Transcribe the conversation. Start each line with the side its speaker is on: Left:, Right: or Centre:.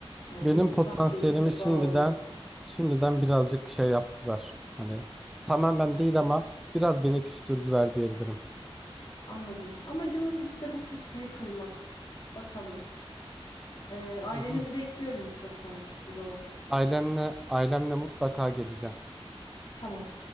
Left: Yani
Centre: Benim
Left: bir potansiyelin
Centre: potansiyelimi
Left: heba
Centre: şimdiden
Left: olması.
Centre: şimdiden birazcık şey yaptılar. Hani tamamen değil ama biraz beni küstürdüler diyebilirim.
Left: Anladım. Amacımız işte bu küslüğü kırmak. Bakalım. Ee, ailenizi
Centre: Hı hı.
Left: bekliyorum mutlaka o zaman.
Centre: Ailemle ailemle mutlaka geleceğim.
Left: Tamam.